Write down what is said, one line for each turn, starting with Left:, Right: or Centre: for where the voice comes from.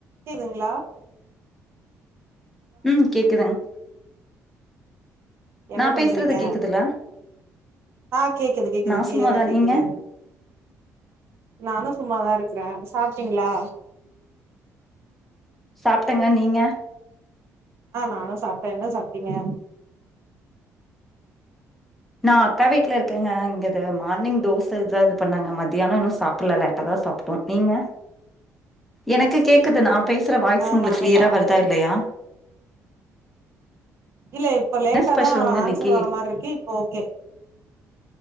Right: <inaudible> துங்களா
Centre: ம் கேக்குதுங்
Right: என்ன
Centre: நா
Right: பண்றீங்க
Centre: பேசுறது கேக்குதுல
Right: ஆ கேக்குது கேக்குது
Centre: நா
Right: கிளியரா
Centre: சும்மாதா
Right: கேக்குது
Centre: நீங்க
Right: நானு சும்மாதா இருக்குறே சாப்ட்டீங்ளா
Centre: சாப்ட்டங்க நீங்க
Right: அ நானு சாப்ட்டே என்ன சாப்ட்டிங்க
Centre: நா அக்கா வீட்ல இருக்கேங்க இங்க இத மார்னிங் தோச தா இது பண்ணாங்க மத்தியானோ இன்னு சாப்புல்ல லேட்டாதா சாப்ட்டோ நீங்க எனக்கு கேக்குது நா பேசுற வாய்ஸ்
Right: ஆ
Centre: உங்ளுக்கு
Right: நானு
Centre: கிளியரா
Right: சாப்ட்டே
Centre: வருதா இல்லயா
Right: இல்ல இப்ப லேட்ட
Centre: என்ன ஸ்பெஷலுங்க
Right: தா ஆன்சர்
Centre: இன்னைக்கி
Right: வர மாரிருக்கு இப்ப ஓகே